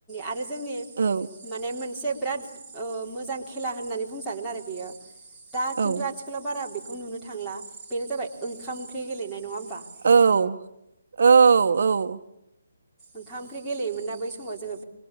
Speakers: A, in the centre; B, on the right (about 55°).
A: आरो जोंनि
B: औ
A: माने मोनसे बिराद ओ मोजां खेला होननानै बुंजागोन आरो बियो दा
B: औ
A: खिन्थु
B: ओ
A: आथिखालाव बारा बे खौ नुनो थांला बेनो जाबाय ओंखाम ओंख्रि गेलेनाय नङा होमबा औ
B: औ औ औ
A: ओंखाम ओंख्रै गेलेयोमोनना बै समाव जोंङो